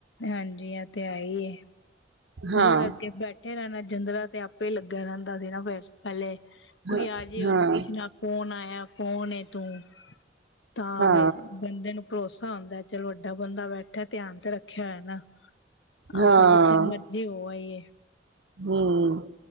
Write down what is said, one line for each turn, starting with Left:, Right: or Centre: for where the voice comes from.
Left: ਹਾਂਜੀ ਏ ਤੇ ਹੈ ਹੀ ਏ
Right: ਹਾਂ
Left: ਬੂਹੇ ਅੱਗੇ ਬੈਠੇ ਰਹਿਣਾ ਜਿੰਦਰਾ ਤੇ ਆਪੇ ਲੱਗੇ ਰਹਿੰਦਾ ਸੀ ਨਾ ਫਿਰ ਪਹਿਲੇ ਕੋਈ
Right: ਹਾਂ
Left: ਆ ਜੇ,
Right: ਹਾਂ
Left: ਉਹਨੂੰ ਪੁੱਛਣਾ ਕੌਣ ਆਇਆ। ਕੌਣ ਏ ਤੂੰ ਤਾਂ
Right: ਹਾਂ
Left: ਫੇਰ ਬੰਦੇ ਨੂੰ ਭਰੋਸਾ ਹੁੰਦਾ ਚੱਲ ਵੱਡਾ ਬੰਦਾ ਬੈਠਾ ਧਿਆਨ ਤੇ ਰੱਖਿਆ ਹੋਇਆ ਨਾ
Right: ਹਾਂ
Left: ਆਪਾਂ ਜਿੱਥੇ ਮਰਜੀ ਹੋ ਆਈਏ
Right: ਹਮ